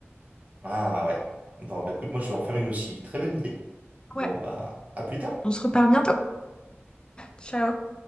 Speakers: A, on the right; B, on the left.
A: Ah ouais. Bon, bah écoute, moi je vais en faire une aussi. Très bonne idée. Bon,
B: Ouais.
A: bah, à plus tard.
B: On se reparle bientôt. Ciao.